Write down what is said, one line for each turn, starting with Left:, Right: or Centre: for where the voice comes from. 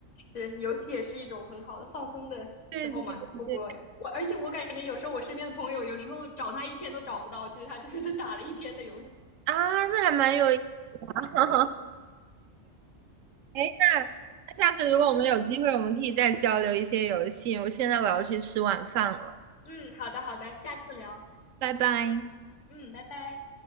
Left: 是，游戏也是一种很好的放松的时候嘛。
Right: 对对对
Left: 不过我，而且我感觉有时候我身边的朋友，有时候找他一天都找不到，其实他就是打了一天的游戏。
Right: 啊，那还蛮有意思。<laughs> 哎，那那下次如果我们有机会，我们可以再交流一些游戏。我现在我要去吃晚饭了，
Left: 嗯，好的，好的，下次聊。
Right: 拜拜。
Left: 嗯，拜拜。